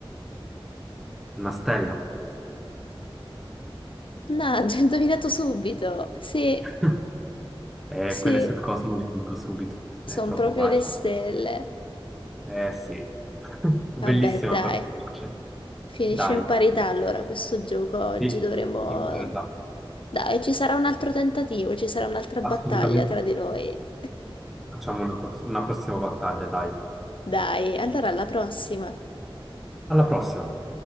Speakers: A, in the centre; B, on the left.
A: Una stella.
B: Mannaggia, ho indovinato subito. Sì,
A: <laughs> Eh,
B: sì,
A: quelle sul Cosmo le vinco subito. È
B: sono
A: troppo
B: proprio
A: facile.
B: le stelle.
A: Eh sì. <laughs> Bellissima
B: Vabbè, dai.
A: però. Cioè,
B: Finisce
A: Dai,
B: in parità allora questo gioco oggi,
A: sì,
B: dovremo...
A: in parità.
B: Dai, ci sarà un altro tentativo, ci sarà un'altra
A: Assolutamente.
B: battaglia tra
A: sì.
B: di noi.
A: Facciamo una, pro- una prossima battaglia, dai.
B: Dai, allora alla prossima.
A: Alla prossima.